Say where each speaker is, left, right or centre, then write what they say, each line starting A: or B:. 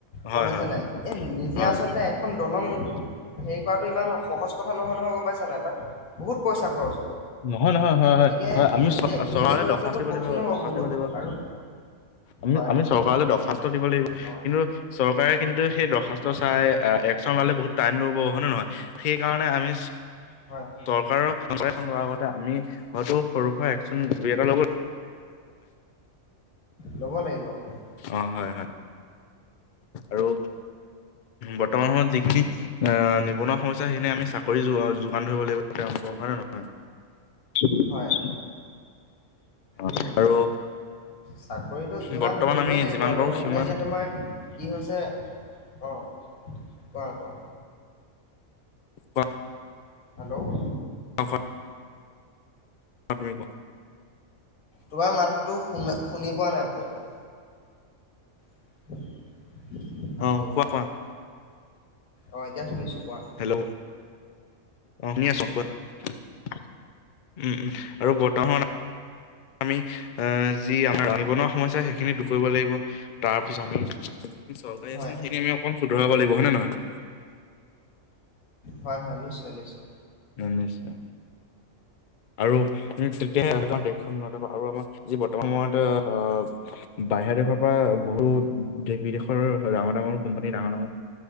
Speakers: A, on the left; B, on the left.
A: হয়
B: গম পাইছানে
A: হয়
B: নাই? এই নিজে
A: হয়
B: আচলতে এখন দলং
A: <inaudible>
B: হেৰি ইমান সহজ কথা নহয় নহয়। গম পাইছা নে নাই? তাত বহুত পইচা খৰচ
A: নহয় নহয় হয়
B: গতিকে
A: হয় হয়। আমি
B: নিজে
A: চ চৰকাৰলে
B: নিজে কৰিবলৈতো
A: দৰখাস্ত দিব
B: কঠিন
A: লাগিব
B: হ'ব
A: দৰখাস্ত
B: বহুত
A: দিব লাগিব।
B: আৰু
A: আমি
B: হয়
A: আমি
B: হয়
A: চৰকাৰলৈ দৰ্খাস্ত দিব লাগিব।
B: অ।
A: কিন্তু চৰকাৰে কিন্তু সেই দৰ্খাস্ত
B: হয়
A: চাই একচন ললে বহুত টাইম ল'ব, হয়নে নহয়? সেইকাৰণে আমি
B: হয় হয়
A: চৰকাৰৰ এখন লোৱাৰ আগতে আমি হয়তো সৰু সুৰা একচন দুই এটা
B: ল'ব লাগিব হয়
A: অ, হয়, হয়। আৰু বৰ্তমান সময়ত যিখিনি আ নিবনুৱা সমস্যা সেইখিনি আমি চাকৰি যোগান ধৰিব লাগিব। তেওঁলোকক হয় নে নহয়?
B: হয়
A: অ'
B: উম।
A: আৰু
B: চাকৰিটো যোগান
A: বৰ্তমান
B: ধৰিবই
A: আমি
B: লাগিব
A: যিমান
B: আৰু
A: পাৰো
B: নহ'লে
A: সিমান
B: এতিয়া তোমাৰ কি হৈছে? অ, কোৱা, কোৱা।
A: কোৱা
B: হেল্ল'
A: <unintelligible> পালুৱাই ক <unintelligible>
B: তোমাৰ মাতটো শুনা শুনি পোৱা নাই ভালকৈ। <inaudible> হেল্ল'
A: অ কোৱা, কোৱা।
B: অ এতিয়া শুনিছো কোৱা।
A: হেল্ল' অ, শুনি আছো কোৱা। উম-উম আৰু বৰ্তমান আমি আ যি আমাৰ নিবনুৱা সমস্যা সেইখিনি দূৰ কৰিব লাগিব। তাৰ পিছত আমি যিখিনি চৰকাৰী
B: হয়
A: আঁচনি সেইখিনি আমি অকমান শুধৰাব লাগিব। হয় নে নহয়?
B: হয়, হয়। নিশ্চয়, নিশ্চয়।
A: নিশ্চয়। আৰু তেতিয়া আমাৰ দেশখন উন্নত হব আৰু আমাৰ যি বৰ্তমান সময়ত আ বাহিৰা দেশৰ পৰা বহুত দেশ বিদেশৰ ডাঙৰ ডাঙৰ কোম্পানী। ডাঙৰ ডাঙৰ